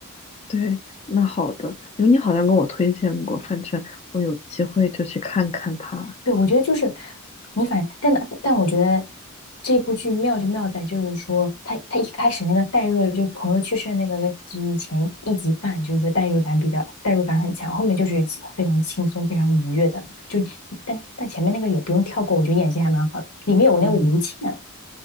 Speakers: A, on the left; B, on the left.
A: 对。那好的，因为你好像跟我推荐过，反正我有机会就去看看他。
B: 对，我觉得就是你反，但但我觉得这部剧妙就妙在，就是说他他一开始那个代入，就朋友去世的那个剧前一集半，就是说代入感比较代入感很强，后面就是其非常轻松、非常愉悦的。就但但前面那个也不用跳过，我觉得演技还蛮好的。里面有那个吴倩，
A: 嗯。